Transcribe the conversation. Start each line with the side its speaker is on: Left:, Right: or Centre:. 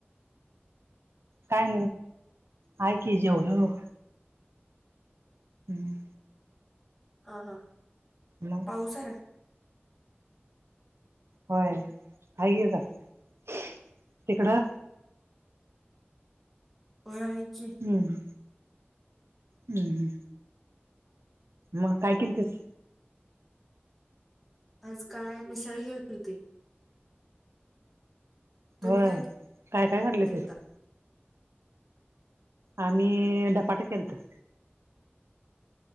Right: काय हाय की जेवलो. हम्म.
Centre: हा हा
Right: मग
Centre: पाऊसरा
Right: होय हाय की इथ. तिकडं?
Centre: होय हो हाय की.
Right: हम्म हम्म. मग काय किलतीस?
Centre: आज काय मिसाळ केली होती. तुम्ही
Right: होय
Centre: काय
Right: काय काय घातल
Centre: केलता?
Right: त्यात? आम्ही धपाटे केलत.